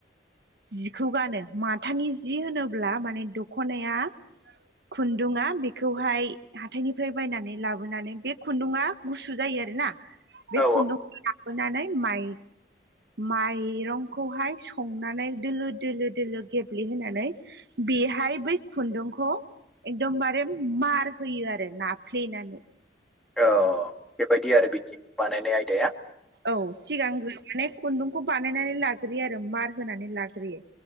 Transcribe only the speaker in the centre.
औ
औ बेबायदि आरो बिनि बानायनाय आयदाया